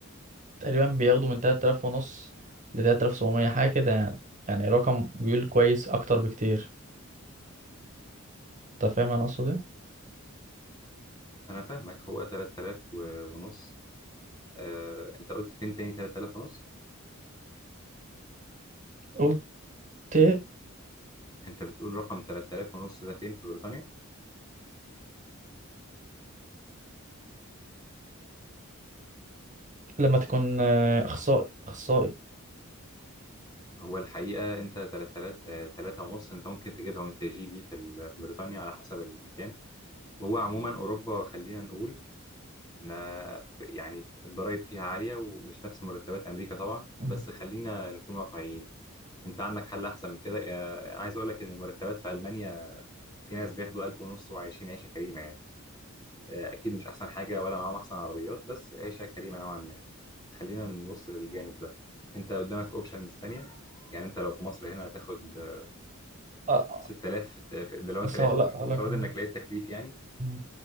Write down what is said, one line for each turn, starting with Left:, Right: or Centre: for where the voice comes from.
Right: تقريبا بياخدوا من 3000 ونص ل 3700 حاجه كده يعني يعني رقم بيقول كويس اكتر بكتير انت فاهم انا اقصد ايه
Left: أنا فاهمك هو 3000 و- ونص آه، أنت قلت فين تاني 3000 ونص؟
Right: قلت إيه؟
Left: انت بتقول رقم 3000 ونص ده فين في بريطانيا
Right: لما تكون آه، اخصائي اخصائي
Left: هو الحقيقه انت 3000 آه، 3 ونص انت ممكن تجيبها وانت جي بي في ال- في بريطانيا على حسب المكان وهو عموما اوروبا خلينا نقول ما يعني الضرايب فيها عاليه ومش نفس مرتبات امريكا طبعا
Right: مم.
Left: بس خلينا نكون واقعيين انت عندك حل احسن من كده آه، عايز اقول لك ان المرتبات في المانيا في ناس بياخدوا 1000 ونص وعايشين عيشه كريمه يعني آه، اكيد مش احسن حاجه ولا معاهم احسن عربيات بس عيشه كريمه نوعا ما خلينا نبص للجانب ده انت قدامك اوبشنز تانية يعني انت لو في مصر هنا هتاخد آه،
Right: أ-
Left: 6000 في الت- في- ده لو انت
Right: اصل
Left: لقيت
Right: لا
Left: بافتراض
Right: لا كمان
Left: انك لقيت تكليف يعني
Right: مم.